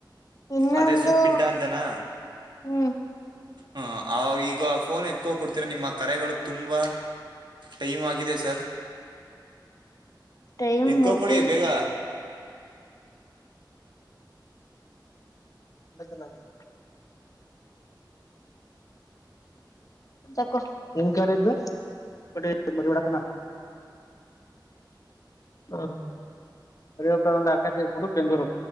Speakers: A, on the left (about 45°); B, on the right (about 70°).
A: ಇನ್ನೊಂದು
B: ಅದ ಹೆಸ್ರು ಪಿಡ್ಡ ಅಂತನಾ
A: ಹ್ಮ್.
B: ಹ ಅವ್ರ ಈಗ ಫೋನ್ ಎತ್ಕೋ ಕೊಡ್ತಿರ ನಿಮ್ಮ ಕರೆಗಳು ತುಂಬಾ. ಟೈಮ್ ಆಗಿದೆ ಸರ್.
A: ಟೈಮ್
B: ಎತ್ಕೋ
A: ಮುಗ್ದೈತೆ.
B: ಕೊಡಿ ಬೇಗ
A: <unintelligible> ಸರ್ಕೊ ಹೆಂಗ ಸರ್ ಇದು ಕೊಡಿ ಮರಿ ಹೊಡಿತನ. ಹ್ಮ <unintelligible> ಹರ್ಕೆ ತೀರ್ಸಬುಟ್ಟು ಬೆಂಗಳೂರು.